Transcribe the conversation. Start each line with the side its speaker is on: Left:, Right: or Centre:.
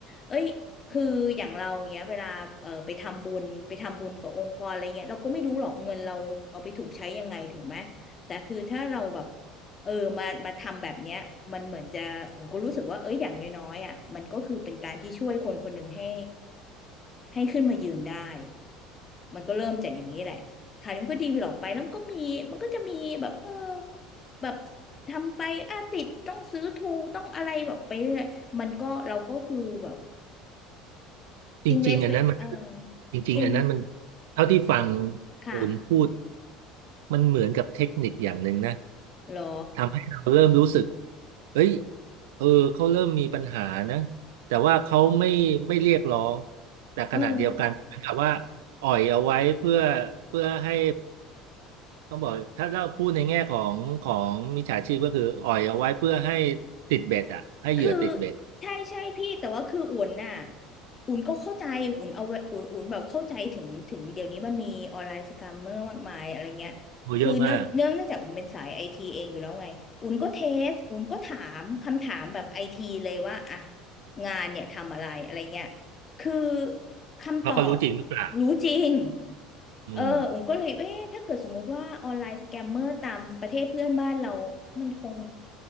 Left: เอ้ย คืออย่างเราเงี้ยเวลาเออไปทำบุญไปทำบุญกับองค์กรอะไรเงี้ยเราก็ไม่รู้หรอกเงินเราเอาไปถูกใช้ยังไงถูกไหมแต่คือถ้าเราแบบเออมามาทำแบบเนี้ยมันเหมือนจะผมก็รู้สึกว่าเอ้ยอย่างน้อยๆอ่ะมันก็คือเป็นการที่ช่วยคนคนหนึ่งให้ให้ขึ้นมายืนได้มันก็เริ่มจากอย่างนี้แหละค่ะนี่มันก็ดีไปหรอกไปแล้วมันก็มีมันก็จะมีแบบเออแบบทำไปอ่ะติดต้องซื้อทูต้องอะไรแบบไปเรื่อยมันก็เราก็คือแบบ
Right: จริงๆอันนั้นมัน
Left: อินเวสไปเออ
Right: จริงๆอันนั้นมัน
Left: อิน
Right: เท่าที่ฟัง
Left: ค่ะ
Right: อุ่นพูดมันเหมือนกับเทคนิคอย่างหนึ่งนะ
Left: เหรอ
Right: ทำให้เราเริ่มรู้สึกเอ้ยเออเขาเริ่มมีปัญหานะแต่ว่าเขาไม่ไม่เรียกร้องแต่ขณะเดียวกันเหมือนกับว่า
Left: เออ
Right: อ่อยเอาไว้เพื่อเพื่อให้ต้องบอกถ้าเราพูดในแง่ของของมิจฉาชีพก็คืออ่อยเอาไว้เพื่อให้ติดเบ็ดอ่ะให้เหยื่อติดเบ็ด
Left: คือใช่ใช่พี่แต่ว่าคืออุ่นน่ะอุ่นก็เข้าใจอุ่นเอาอุ่นอุ่นแบบเข้าใจถึงถึงเดี๋ยวนี้มันมีออนไลน์สแกมเมอร์มากมายอะไรเงี้ยคือเนื่องเนื่องเนื่องจากอุ่นเป็นสายไอทีเองอยู่แล้วไงอุ่นก็เทสอุ่นก็ถามคำถามแบบไอทีเลยว่าอ่ะ
Right: ดูเยอะมาก
Left: งานเนี่ยทำอะไรอะไรเงี้ย คือคำตอบ
Right: ว่าเขารู้จริงหรือเปล่า
Left: รู้จริง
Right: อืม
Left: เอออุ๋มก็เลยเอ๊ะถ้าเกิดสมมติว่าออนไลน์สแกมเมอร์ตามประเทศเพื่อนบ้านเรา มันคง